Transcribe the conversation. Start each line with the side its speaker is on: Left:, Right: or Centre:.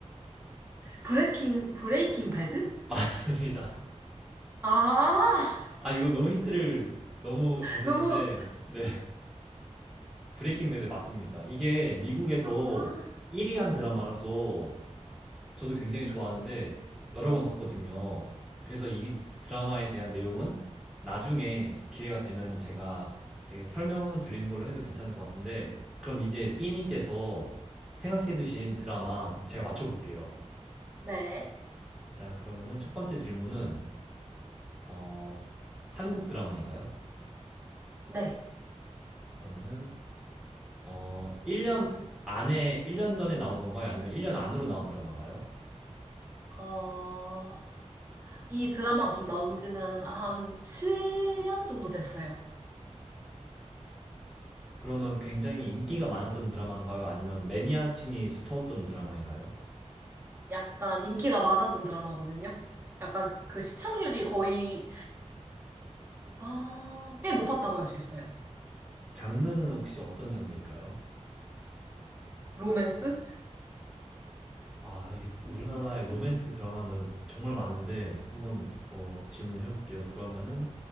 Right: 브레이킹 브레이킹 배드?
Centre: <laughs> 맞습니다.
Right: 아 <laughs>
Centre: 아, 이거 너무 힌트를 너무 잘 줬는데,
Right: 너무
Centre: 네. <laughs> 브레이킹 배드 맞습니다. 이게 미국에서
Right: 아
Centre: 1위 한 드라마라서 저도 굉장히 좋아하는데 여러 번 봤거든요. 그래서 이 드라마에 대한 내용은 나중에 기회가 되면은 제가 되게 설명을 드리는 걸로 해도 괜찮을 것 같은데 그럼 이제 B님께서 생각해 두신 드라마 제가 맞춰볼게요.
Right: 네.
Centre: 일단 그러면은 첫 번째 질문은 어, 한국 드라마인가요?
Right: 네.
Centre: 그러면은 어, 1년 안에 1년 전에 나온 건가요? 아니면 1년 안으로 나온 드라마인가요?
Right: 어, 이 드라마가 좀 나온 지는 한 7년 정도 됐어요.
Centre: 그러면 굉장히 인기가 많았던 드라마인가요? 아니면 매니아층이 두터웠던 드라마인가요?
Right: 약간 인기가 많았던 드라마거든요. 약간 그 시청률이 거의 아, 꽤 높았다고 할 수 있어요.
Centre: 장르는 혹시 어떤 장르일까요?
Right: 로맨스?
Centre: 아, 이게 우리나라의 로맨스 드라마는 정말 많은데 한번 더 질문해 볼게요. 그러면은